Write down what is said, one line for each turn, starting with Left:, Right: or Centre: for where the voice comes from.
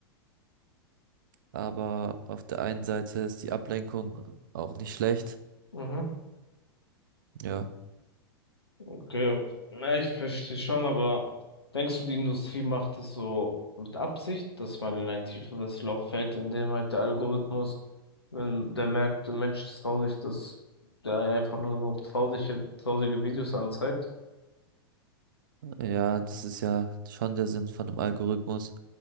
Right: Aber auf der einen Seite ist die Ablenkung auch nicht schlecht.
Left: Mhm.
Right: Ja,
Left: Okay, na, ich verstehe schon, aber denkst du, die Industrie macht es so mit Absicht, dass man in ein tieferes Loch fällt, in dem halt der Algorithmus, wenn der merkt, der Mensch ist traurig, dass der einfach nur noch traurige, traurige Videos anzeigt?
Right: ja, das ist ja schon der Sinn von einem Algorithmus,